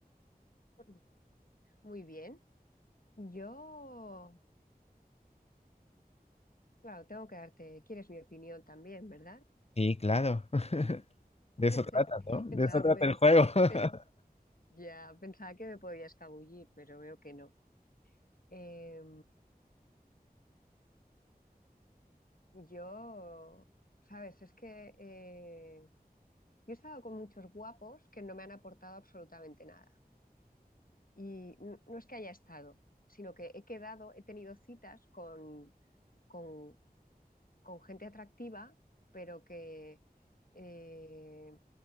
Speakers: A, on the left (about 60°); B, on the left (about 40°).
A: Ujú. Muy bien. Yo, claro, tengo que darte, quieres mi opinión también, ¿verdad?
B: Y claro, <laughs> de eso
A: <laughs>
B: trata, ¿no? De
A: Pensaba
B: eso trata
A: que me,
B: el juego. <laughs>
A: pen- ya pensaba que me podía escabullir, pero veo que no. Em, yo, sabes, es que eh, yo he estado con muchos guapos que no me han aportado absolutamente nada. Y n- no es que haya estado, sino que he quedado, he tenido citas con, con con gente atractiva, pero que eh,